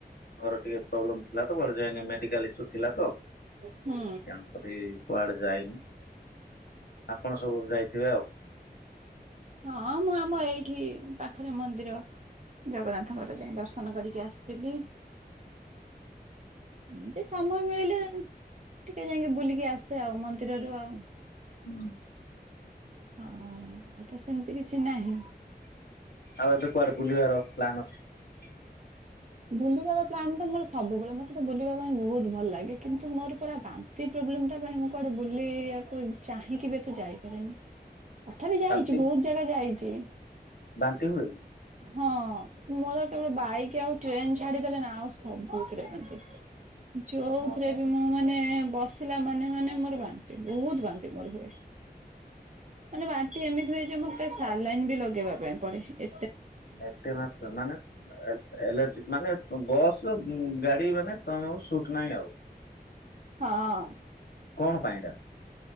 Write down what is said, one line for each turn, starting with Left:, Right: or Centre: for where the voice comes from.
Left: ଘର ଟିକେ ପ୍ରୋବ୍ଲେମ ଥିଲା ତ କୁଆଡେ ଯାଇନି ମେଡିକାଲ ଇସ୍ୟୁ ଥିଲା ତ।
Right: ହୁଁ।
Left: ତେଣୁକରି କୁଆଡେ ଯାଇନି। ଆପଣ ସବୁ ଯାଇଥିବେ ଆଉ?
Right: ହଁ ମୁଁ ଆମ ଏଇଠି ପାଖରେ ମନ୍ଦିର ଜଗନ୍ନାଥଙ୍କର ଯାଇ ଦର୍ଶନ କରିକି ଆସ ଥିଲି।
Left: ହୁଁ।
Right: ଏମିତି ସମୟ ମିଳିଲେ ଟିକେ ଯାଇକି ବୁଲିକି ଆସେ ଆଉ ମନ୍ଦିରରୁ ଆଉ।
Left: ହୁଁ।
Right: ହଁ ଆଉ ତ ସେମିତି କିଛି ନାହିଁ।
Left: ଆଉ ଏବେ କୁଆଡେ ବୁଲିବାର ପ୍ଲାନ ଅଛି?
Right: ବୁଲିବାର ପ୍ଲାନ୍ ତ ମୋର ସବୁବେଳେ ମତେ ତ ବୁଲିବା ପାଇଁ ବହୁତ ଭଲ ଲାଗେ କିନ୍ତୁ ମୋର ପରା ବା ନ୍ତି ପ୍ରୋବ୍ଲେମ୍ ଟା ପାଇଁ ମୁଁ କୁଆଡେ ବୁଲିବାକୁ ଚାହିଁକି ବି ଏତେ ଯାଇପାରେନି। ତଥାପି ଯାଇଛି
Left: ବାନ୍ତି
Right: ବହୁତ ଜାଗା ଯାଇଛି।
Left: ବାନ୍ତି ହୁଏ କି?
Right: ହଁ ମୋର କେବଳ ବାଇକ୍ ଆଉ ଟ୍ରେନ୍ ଛାଡିଦେଲେ ନା ଆଉ ସବୁଥିରେ ବାନ୍ତି। ଯୋଉଥିରେ
Left: ହଁ ହଁ ଆଚ୍ଛା
Right: ବି ମୁଁ ମାନେ ବସ୍ ବସିଲା ମାନେ ମାନେ ମୋର ବାନ୍ତି ବହୁତ ବାନ୍ତି ମୋର ହୁଏ ମାନେ ବାନ୍ତି ଏମିତି ହୁଏ ଯେ ମୋତେ ସାଲାଇନ୍ ବି ଲଗେଇବା ପାଇଁ ପଡେ ଏ
Left: ଏତେ ମାତ୍ରା ମାନେ ଆଲ ଆଲେର୍ଜି ମାନେ ଉଁ ବସ୍ ଉଁ ଗାଡି ମାନେ ତମକୁ ସୁଟ୍ ନାହିଁ ଆଉ।
Right: ହଁ।
Left: କଣ ପାଇଁ ଏଇଟା?